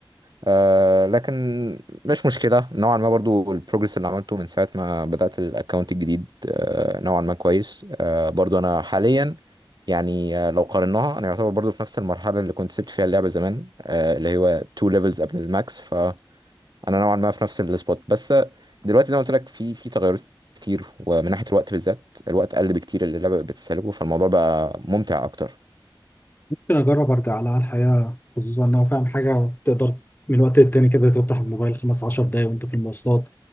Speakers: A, on the right; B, on the left.
A: آه لكن مش مشكلة نوعا ما برضو البروجرس اللي عملته من ساعة ما بدأت الاكونت الجديد آه نوعا ما كويس آه برضو أنا حاليا يعني آه لو قارناها أنا يعتبر برضو في نفس المرحلة اللي كنت سبت فيها اللعبة زمان آه اللي هو تو ليفلز قبل الماكس فأنا نوعا ما في نفس السبوت بس آه، دلوقتي زي ما قلت لك في في تغيرات كتير ومن ناحية الوقت بالذات الوقت قل بكتير اللي اللعبة بتستهلكه فالموضوع بقى ممتع أكتر
B: ممكن أجرب أرجع لها الحقيقة خصوصا إن هو فاهم حاجة تقدر من وقت للتاني كده تفتح الموبايل خمس عشر دقايق وأنت في المواصلات